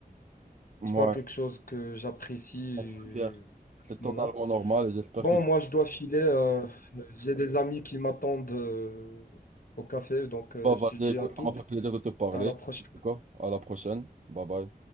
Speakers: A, on the right; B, on the left.
A: Ouais,
B: c'est pas quelque chose que j'apprécie
A: quand tu
B: euh,
A: es fier, c'est
B: en ce
A: totalement
B: moment.
A: normal et j'espère
B: Bon,
A: que tu
B: moi, je dois filer. euh, j'ai des amis qui m'attendent euh, au café, donc euh,
A: vas
B: je
A: vas-y,
B: te dis
A: Écoute,
B: à toutes.
A: ça m'a fait plaisir de te parler.
B: À la prochaine.
A: En tout cas, à la prochaine. Bye bye.